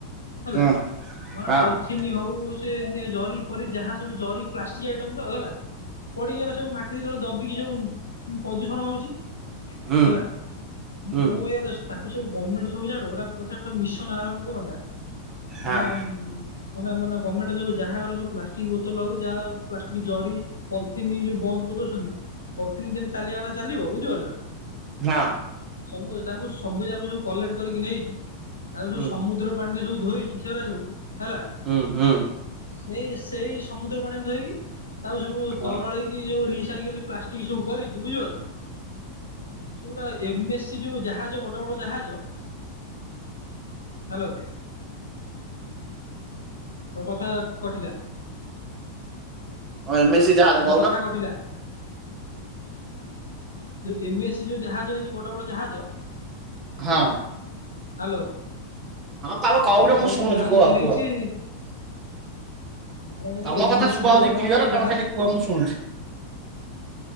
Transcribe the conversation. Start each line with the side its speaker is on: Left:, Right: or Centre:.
Left: ହେଲା
Right: ହଁ ହଁ
Left: ନନେ
Right: ହଁ
Left: ପଲ୍ଥି ଥିନି ହଉ ସେ ଇଏ ଜରି ଫରି ଯାହା ସବୁ ଜରି ପ୍ଲାଷ୍ଟିକ ଆଇଟମ ତ ହେଲା। ପଡ଼ିକିଏରା ସବୁ ମାଟିତଳେ ଦବିକି ସବୁ ପ୍ରଦୂଷଣ ହୋଉଚି।
Right: ହୁଁ
Left: ହେଲା
Right: ହୁଁ
Left: ମୁଁ ଏଇଆ ତାକୁ ସବୁ ଗମେଣ୍ଟ ସବୁ ଜାଣ ଗୋଟା ଗୋଟେ ମିଶନ ଆରମ୍ଭ କରନ୍ତା
Right: ହଁ
Left: ନନେ ମାନେ ମାନ ଗର୍ମେଣ୍ଟେ ଯୋଉ ଯାହାର ଯଉ ପ୍ଲାଷ୍ଟିକ ବୋତଲ ହଉ ଯାହା ପ୍ଲାଷ୍ଟିକ ଜରି ପଲ୍ଥିନି ଯୋଉ ବନ୍ଦ କରିଦଉଚନ୍ତି ପଲ୍ଥିନି ଯେମତି ଚାଲିବା କଥା ଚାଲିବ ବୁଝିପାରୁଚ।
Right: ନା।
Left: ସବୁ ତାକୁ ସବୁ ଯାକୁ ଯୋଉ କଲେକ୍ଟ କରିକି ନେଇକି ତାକୁ ସବୁ
Right: ହୁଁ
Left: ସମୁଦ୍ର ପାଣିରେ ସବୁ ଧୋଇକି ସେଗୁଡା ସବୁ ହେଲା।
Right: ହୁଁ ହୁଁ।
Left: ସେଇ ସେଇ ସମୁଦ୍ର ପାଣିରେ ଧୋଇକି ତାଉ ସବୁ
Right: ହଁ
Left: ତରଳେଇକି
Right: ହଁ
Left: ଯୋଉ ରିସାଇକେଲ ପ୍ଲାଷ୍ଟିକ ସବୁ କରିକି ବୁଝିପାରୁଚ ସେ ଗୋଟା ଏମେ ସି ଯୋଉ ଜାହାଜ ବଡ ବଡ ଜାହାଜ ହ୍ୟାଲୋ। ତୋ କଥା କଟିଲା।
Right: ଅ ଏମେସି ଜହାଜ
Left: ତମ
Right: କଉନ।
Left: କଥା କଟିଲା। ଯୋଉ ଏମ ଏ ସି ଯୋଉ ଜାହାଜ ହେଇଚି ବଡ ବଡ ଜାହାଜ
Right: ହଁ।
Left: ହ୍ୟାଲୋ।
Right: ହଁ ତମେ କହୁନ
Left: ସେ ବଡ
Right: ମୁଁ
Left: ବଡ
Right: ଶୁଣୁଛି
Left: ଜାହାଜ
Right: କୁହ
Left: ଯୋଉ ହେଇଚି
Right: କୁହ
Left: ଆରେ ମୁଁ କହିଲି
Right: ତମ
Left: ଏମେ
Right: କଥା ଶୁଭା
Left: ସି ଯୋଉ
Right: ହଉଛି
Left: ବଡ
Right: କ୍ଲିୟର
Left: ବଡ ଯୋଉ
Right: ତମେ
Left: ଜାହାଜ
Right: ଖାଲି କୁହ ମୁଁ ଶୁଣୁଛି।